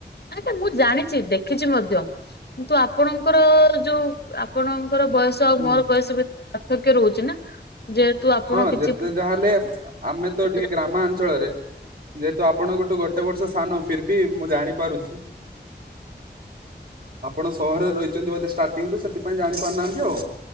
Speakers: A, on the left (about 65°); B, on the right (about 55°).
A: ନା ମୁଁ ଜାଣିଚି ଦେଖିଚି ମଧ୍ୟ କିନ୍ତୁ ଆପଣଙ୍କର ଯୋଉ ଆପଣ ଙ୍କର ବୟସ ଆଉ
B: ହୁଁ।
A: ମୋର ବୟସ ବି ପାର୍ଥକ୍ୟ ରହୁଚି ନା। ଯେହେତୁ ଆପଣ
B: ହଁ
A: କିଛି
B: ଯେତେ ଯାହା ହେଲେ ଆମେ
A: ଆପଣ
B: ତ ଟିକେ ଗ୍ରାମାଞ୍ଚଳରେ। ଯେହେତୁ ଆପଣଙ୍କଠୁ ଗୋଟେ ବର୍ଷ ସାନ ଫିର ବି ମୁଁ ଜାଣିପାରୁଚି‌ ଆପଣ ସହରରେ ରହିଚନ୍ତି ବୋଧେ ଷ୍ଟାଟିଙ୍ଗିରୁ ସେଥିପାଇଁ ଜାଣିପାରୁନାହାନ୍ତି ଆଉ।